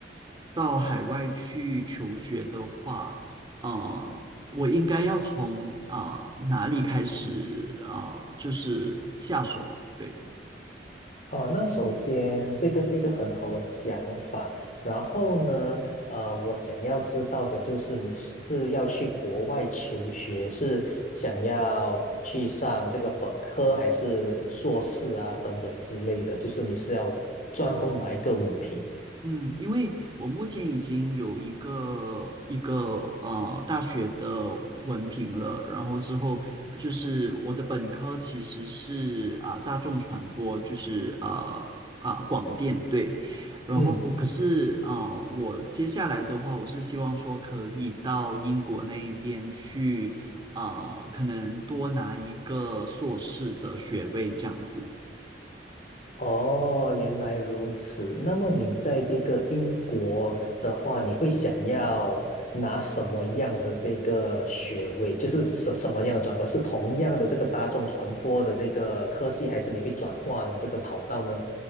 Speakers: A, on the right (about 25°); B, on the left (about 45°).
A: 到海外去求学的话，呃，我应该要从啊哪里开始啊？就是下手啊？对。
B: 哦，那首先这个是一个很好的想法。然后呢，呃，我想要知道的就是你是要去国外求学，是想要去上这个本科还是硕士啊，等等之类的，就是你是要专攻哪一个文凭？
A: 嗯，因为我目前已经有一个一个呃大学的文凭了，然后之后就是我的本科其实是啊、大众传播，就是呃啊、广电对，然后可是啊、
B: 嗯。
A: 呃我接下来的话，我是希望说可以到英国那一边去啊、呃可能多拿一个硕士的学位这样子。
B: 哦，原来如此。那么你在这个英国的话，你会想要拿什么样的这个学位？就是什什么样的专科？是同样的这个大众传播的这个科系，还是你会转换这个跑道呢？